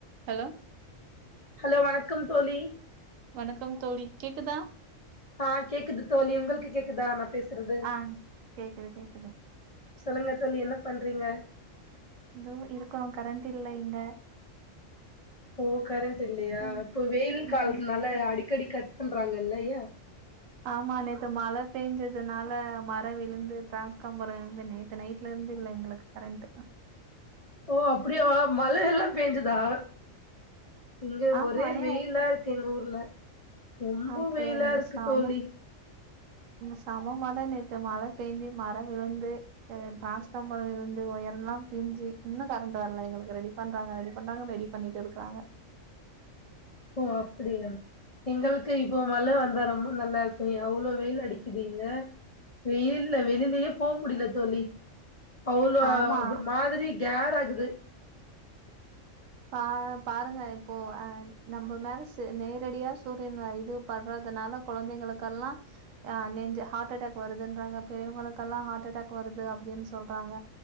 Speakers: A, on the right (about 80°); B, on the left (about 50°).
A: ஹலோ
B: ஹலோ வணக்கம் தோழி
A: வணக்கம் தோழி கேக்குதா
B: ஆ கேக்குது தோழி உங்ளுக்கு கேக்குதா நா பேசுறது
A: ஆ கேக்குது கேக்குது
B: சொல்லுங்கத் தோழி என்ன பண்றீங்க
A: எதோ இருக்றோ கரண்ட் இல்ல இங்க
B: ஓ கரண்ட் இல்லையா
A: ம்
B: இப்ப வெயில் காலத்துனால
A: ம் ம்
B: அடிக்கடி கட் பண்றாங்கல்லயா
A: ஆமா நேத்து மழ பேஞ்சதுனால மர விழுந்து டிரான்ஸ் கம்போ விழுந்து நே நேத்து நைட்ல இருந்து இல்ல எங்ளுக் கரண்ட்
B: ஓ அப்படியாவா மழை எல்லா பேஞ்சுதா இங்க
A: ஆமா
B: ஒரே
A: ஏ
B: வெயிலா இருக்கு எங்க ஊர்ல ரொம்ப
A: அப்பரியங்க
B: வெயிலா இருக்கு
A: சாமா
B: தோழி
A: சம மழ தா நேத்து மழ பேஞ்சு மர விழுந்து ஏ டிரான்ஸ் ஃபார்மர் விழுந்து ஒயர் எல்லா பிரிஞ்சு இன்னு கரண்ட் வர்ல எங்ளுக்கு ரெடி ரெடி பண்றாங்க ரெடி பண்றாங்க ரெடி பண்ணிட்டு இருக்றாங்க
B: ஓ அப்டியா எங்களுக்கு இப்போ மழை வந்தா ரொம்ப நல்லா இருக்கு எவ்ளோ வெயில் அடிக்குதிங்க வெயில்ல வெளிலயே போ முடில தோழி அவ்ளோ
A: ஆமா
B: மாதிரி கேர் ஆகுது
A: பா பாருங்க இப்போ அ நம்ப மேல செ நேரடியா சூரியன் இது படுறதுனால கொழந்தைகளுக்கெல்லா ஆ நெஞ்சு ஹார்ட் அட்டாக் வருதுன்றாங்க பெரியவங்ளுக்கெல்லா ஹார்ட் அட்டாக் வருது அப்டின்னு சொல்றாங்க